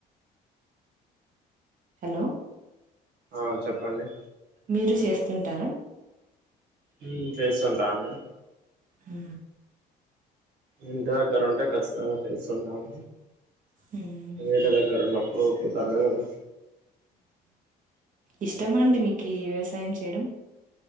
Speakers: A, on the right (about 50°); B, on the right (about 70°).
A: హలో
B: ఆ చెప్పండి
A: మీరు చేస్తుంటారా
B: హ్మ్మ్ చేస్తుంటా అండి
A: హ
B: ఇంటి దగ్గర ఉంటే ఖచ్చితంగా చేస్తుంటాము
A: మ్మ్
B: వేరే దగ్గర ఉన్నప్పుడు ఊల్పోతారుే <unintelligible> కదా
A: ఇష్టమా అండి మీకు వ్యవసాయం చేయడం